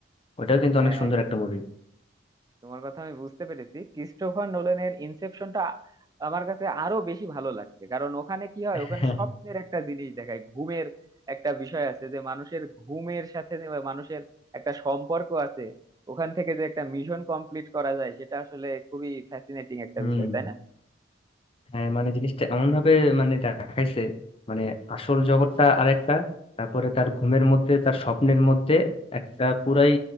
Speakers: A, on the left; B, on the right.
A: ওটাও কিন্তু
B: হ্যাঁ
A: অনেক সুন্দর একটা মুভি
B: তোমার কথা আমি বুঝতে পেরেছি ক্রিস্টোফার নোলানের ইনসেপশনটা আমার কাছে আরো বেশি ভালো লাগছে কারণ ওখানে কি হয়
A: <laughs>
B: ওখানে স্বপ্নের একটা জিনিস দেখায় ঘুমের একটা বিষয় আছে যে মানুষের ঘুমের সাথে যে মানুষের একটা সম্পর্ক আছে ওখান থেকে যে একটা মিশন কমপ্লিট করা যায় সেটা আসলে খুবই ফ্যাসিনেটিং একটা
A: হুম
B: বিষয় তাই না
A: হ্যাঁ মানে জিনিসটা এমন ভাবে মানে দেখাইছে মানে আসল জগৎটা আরেকটা তারপরে তার ঘুমের মধ্যে তার স্বপ্নের মধ্যে একটা পুরাই